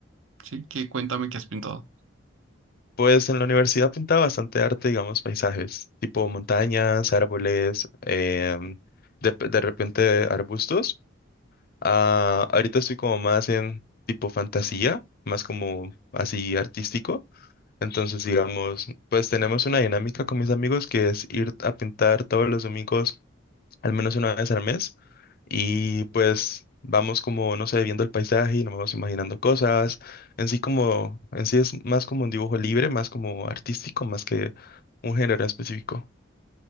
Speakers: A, on the right (about 85°); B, on the left (about 50°).
A: sí, que cuéntame qué has pintado.
B: Pues en la universidad pintaba bastante arte, digamos, paisajes, tipo montañas, árboles, em, de, de repente arbustos. Ah, ahorita estoy como más en tipo fantasía, más como así artístico. Entonces, digamos, pues tenemos una dinámica con mis amigos que es ir a pintar todos los domingos al menos una vez al mes. Y pues vamos como, no sé, viendo el paisaje y nos vamos imaginando cosas. En sí como, en sí es más como un dibujo libre, más como artístico, más que un género específico.